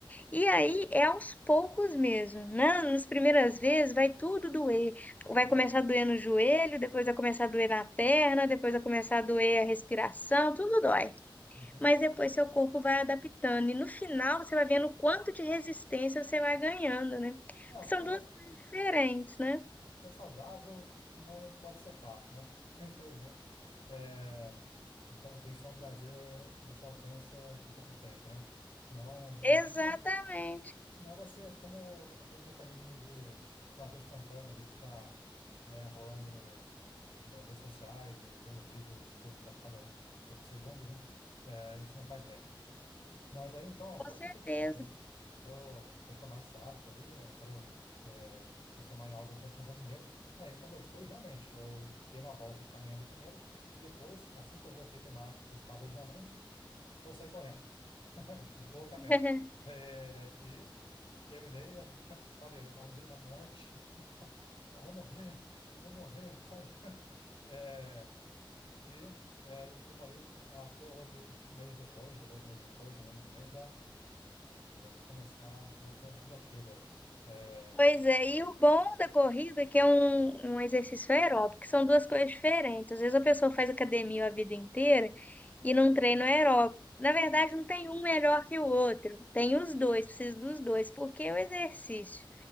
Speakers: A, on the left; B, on the left.
A: E aí é aos poucos mesmo, né? Nas primeiras vezes vai tudo doer.
B: <laughs>
A: Vai começar a doer no joelho, depois vai começar a doer na perna, depois vai começar a doer a respiração, tudo dói.
B: Uhum.
A: Mas depois seu corpo vai adaptando e no final você vai vendo o quanto de resistência você vai ganhando, né? Porque
B: É, o
A: são
B: que é,
A: duas
B: o
A: coisas diferentes, né?
B: que é saudável não pode ser fácil, né? <laughs> Infelizmente. É, o pra- tem que ser um prazer que você alcança com persistência, né? Senão,
A: Exatamente,
B: é, senão Senão vai ser como aqueles mecanismos de prazer instantâneo, de ficar, né, rolando no, nas redes sociais e vendo vídeos curtos a cada poucos segundos, né? É, isso não faz bem. Mas aí então, eu
A: com
B: quero
A: certeza.
B: persistir nisso aí. Quero retomar esse hábito aí, eu quero é, transformar em algo roti- rotineiro. É, e quando eu fui, realmente, eu dei uma volta caminhando primeiro e depois, assim que eu voltei para o marco que eu estava originalmente, eu saí correndo. <laughs> loucamente.
A: <laughs>
B: É, e terminei, <laughs> sabe, à beira da morte. <laughs> Não, vou morrer, vou morrer, sabe? <laughs> É, e é, demorei até hoje, um mês depois, ou dois meses depois, não lembro muito bem, para começar outra tentativa aí. É,
A: Pois é, e o bom da corrida é que é um, um exercício aeróbico, que são duas coisas diferentes. Às vezes a pessoa faz academia a vida inteira e não treina aeróbico. Na verdade, não tem um melhor que o outro. Tem os dois, precisa dos dois, porque o exercício,